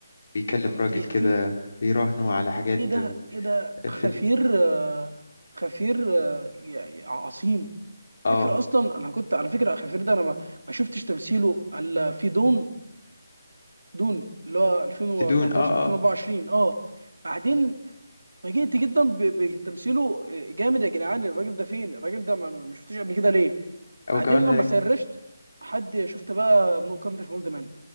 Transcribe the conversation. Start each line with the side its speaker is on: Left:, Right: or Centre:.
Left: بيكلم راجل
Right: دقيقتين
Left: كده بيراهنه على حاجات
Right: ايه ده
Left: آه،
Right: ايه ده خفير
Left: فيلم
Right: آه، خفير آه، يا- يا عظيم
Left: اه
Right: خفير اصلا انا كنت على فكره خفير ده انا ما ما شفتش تمثيله الا في دون دون اللي هو 2014
Left: في دون اه
Right: 2024
Left: اه
Right: اه بعدين فاجئت جدا ب- بتمثيله آه، جامد يا جدعان الراجل ده فين الراجل ده ما ما- ما شفتوش قبل كده ليه
Left: هو
Right: بعدين
Left: كمان
Right: لما سرشت حد شفت بقى نو كانتري فور اولد مان